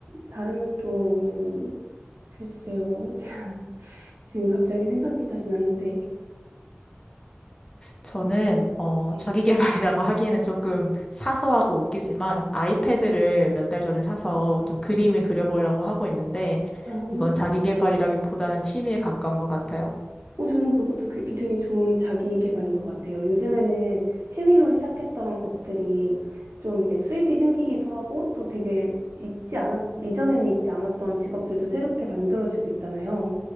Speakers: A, on the right; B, on the left.
A: 다른 활동은 글쎄요. <laughs> 지금 갑자기 생각이 나진 않는데.
B: 저는, 어,
A: 네.
B: 자기 개발이라고 <laughs> 하기에는 조금 사소하고 웃기지만 아이패드를 몇 달 전에 사서 좀 그림을 그려보려고 하고 있는데
A: 아, 어,
B: 이건 자기 개발이라기보다는 취미에 가까운 것 같아요.
A: 저는 그것도 그- 굉장히 좋은 자기 개발인 것 같아요. 요즘에는 취미로 시작했던 것들이 좀 이제 수입이 생기기도 하고 또 되게 있지 않았, 이전에는 있지 않았던 직업들도 새롭게 만들어지고 있잖아요.